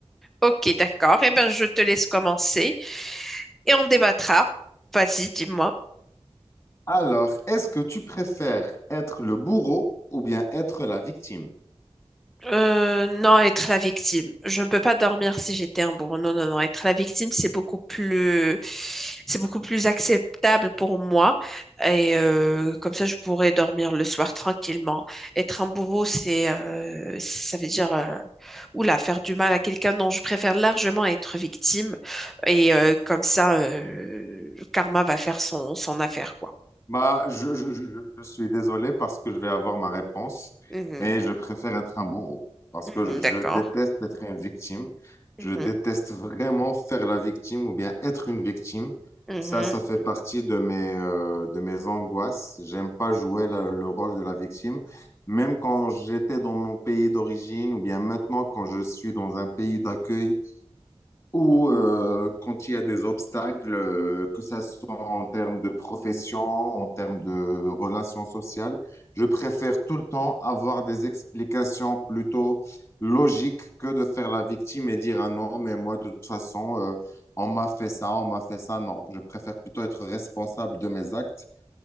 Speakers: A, in the centre; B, on the left.
A: Ok, d'accord. Eh bien, je te laisse commencer et on débattra. Vas-y, dis-moi.
B: Alors, est-ce que tu préfères être le bourreau ou bien être la victime?
A: Euh, non, être la victime. Je ne peux pas dormir si j'étais un bourreau. Non, non, non. Être la victime, c'est beaucoup plus, c'est beaucoup plus acceptable pour moi. Et euh, comme ça, je pourrais dormir le soir tranquillement. Être un bourreau, c'est, euh, ça veut dire, euh, oula, faire du mal à quelqu'un. Non, je préfère largement être victime. Et euh, comme ça, euh, le karma va faire son, son affaire, quoi.
B: Bah, je, je- je- je suis désolé parce que je vais avoir ma réponse
A: Mhm,
B: et je préfère être un bourreau parce
A: mhm,
B: que je
A: d'accord.
B: déteste être une victime. Je
A: Mhm,
B: déteste vraiment faire la victime ou bien être une victime.
A: mhm.
B: Ça, ça fait partie de mes, euh, de mes angoisses. J'aime pas jouer la- le rôle de la victime. Même quand j'étais dans mon pays d'origine ou bien maintenant quand je suis dans un pays d'accueil ou euh, quand il y a des obstacles, euh, que ça soit en termes de profession, en termes de relations sociales, je préfère tout le temps avoir des explications plutôt logiques que de faire la victime et dire, ah non, mais moi, de toute façon, euh, on m'a fait ça, on m'a fait ça. Non, je préfère plutôt être responsable de mes actes